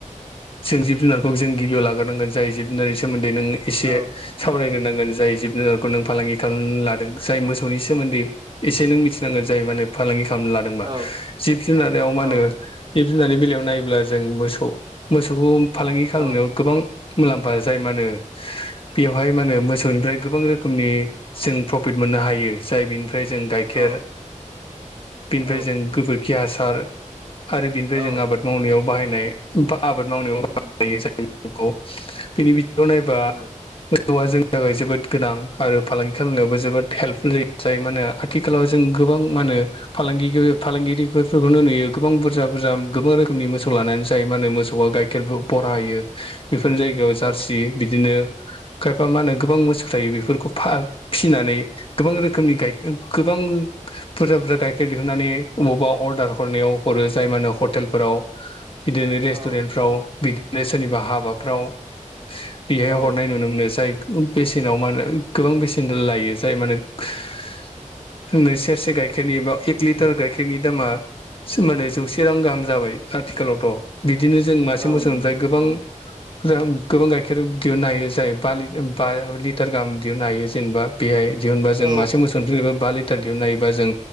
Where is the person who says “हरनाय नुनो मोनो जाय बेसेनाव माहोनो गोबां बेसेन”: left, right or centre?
Left